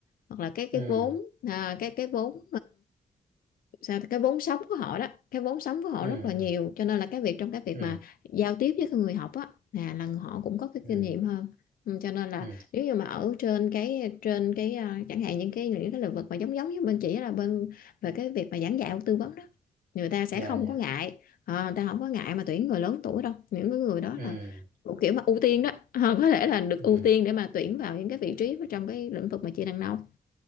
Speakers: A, on the left; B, on the right.
A: hoặc là cái cái
B: ừ
A: vốn à, cái cái vốn sao cái vốn sống của họ đó cái vốn sống của họ
B: ừ
A: rất là nhiều
B: ừ
A: cho nên là cái việc trong cái việc
B: ừ
A: mà giao tiếp với cái người học á là là họ cũng có cái
B: ừ
A: kinh nghiệm hơn Ừ, cho nên là
B: ừ
A: nếu như mà ở trên cái trên cái à, chẳng hạn những cái những cái lĩnh vực mà giống giống với bên chỉ là bên về cái việc mà giảng dạy hoặc tư vấn đó người ta sẽ
B: dạ
A: không
B: dạ
A: có ngại Ờ, người ta không có ngại mà tuyển người lớn tuổi đâu những cái người đó
B: ừ
A: là thuộc kiểu mà ưu tiên đó <laughs> Ờ, có thể là được
B: ừ
A: ưu tiên để mà tuyển vào những cái vị trí trong cái lĩnh vực mà chị đang nông